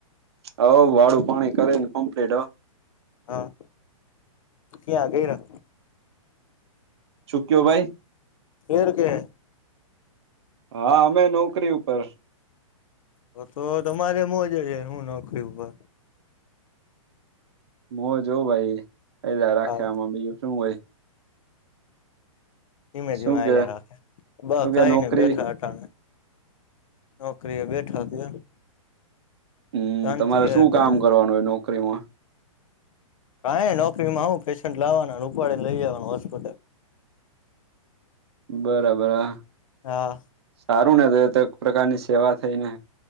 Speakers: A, on the right; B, on the left.
A: હ વાડું પાણી કરેને કમ્પ્લીટ હ.
B: હા ક્યા આ ગયરા.
A: ચૂક્યો ભાઈ
B: એર કે.
A: હા અમે નોકરી ઉપર.
B: હ તો તમારે મોજે છે હું નોકરી ઉપર
A: હ જોઉં ભાઈ પલા રાખ્યામાં
B: હા
A: બીજું શું હોય
B: ધીમે ધીમે
A: શું
B: આલા
A: કે
B: રાખે બ
A: શું
B: કાયને
A: કે નોકરી
B: બેઠા નોકરી બેઠા કે
A: હમ
B: શાંતિ
A: તમારે
B: હે
A: શું
B: અટાણે
A: કામ કરવાનું હોય નોકરીમાં
B: કાં નોકરીમાં હું પેશન્ટ લાવવાના અને ઉપાડીેને લઈ જવાનું હોસ્પિટલ
A: બરાબરા
B: હા
A: સારું ને તો તો એક પ્રકારની સેવા થઈ ને